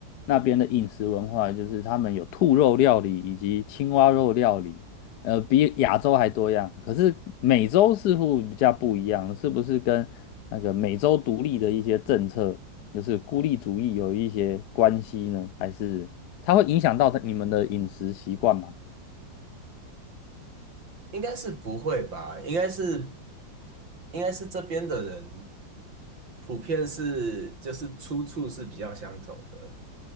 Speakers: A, on the left (about 65°); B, on the right (about 85°).
A: 那边的饮食文化，就是他们有兔肉料理以及青蛙肉料理，呃，比亚洲还多样。可是美洲似乎比较不一样，是不是跟那个美洲独立的一些政策，就是孤立主义有一些关系呢？还是它会影响到你们的饮食习惯吗？
B: 应该是不会吧？应该是。应该是这边的人普遍是就是出处是比较相同的，